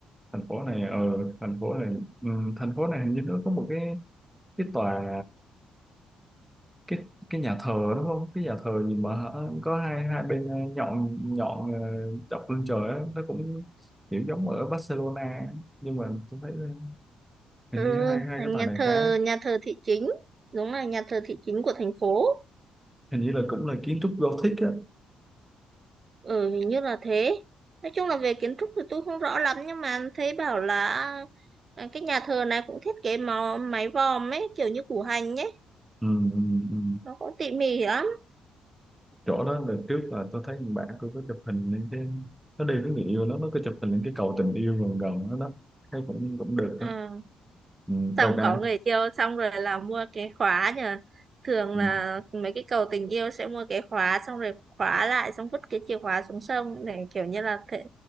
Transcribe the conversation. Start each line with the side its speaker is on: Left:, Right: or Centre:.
Centre: thành phố này ờ thành phố này ừ, thành phố này hình như nó có một cái cái tòa cái cái nhà thờ đúng không cái nhà thờ gì mà hả? có hai hai bên ờ, nhọn nhọn ờ, chọc lên trời á nó cũng kiểu giống ở Barcelona nhưng mà tôi thấy ờ, hình
Right: ừ
Centre: như hai hai
Right: thành
Centre: cái tòa
Right: nhà
Centre: này
Right: thờ
Centre: cái
Right: nhà thờ thị chính đúng là nhà thờ thị chính của thành phố
Centre: hình như là cũng là kiến trúc Gothic á
Right: ừ hình như là thế nói chung là về kiến trúc thì tôi không rõ lắm nhưng mà thấy bảo là à, cái nhà thờ này cũng thiết kế màu, mái vòm ấy kiểu như củ hành ấy
Centre: Ừ, ừ, ừ.
Right: nó cũng tỉ mỉ lắm
Centre: chỗ đó là trước là tôi thấy bạn tôi có chụp hình lên cái nó đi với người yêu nó nó có chụp hình lên cái cầu tình yêu gần gần đó đó thấy cũng cũng được
Right: à
Centre: đó ừ,
Right: xong
Centre: đợt này
Right: có người yêu xong rồi là mua cái khóa nhờ thường
Centre: ừ,
Right: là mấy cái cầu tình yêu sẽ mua cái khóa xong rồi khóa lại xong vứt cái chìa khóa xuống sông để kiểu như là thể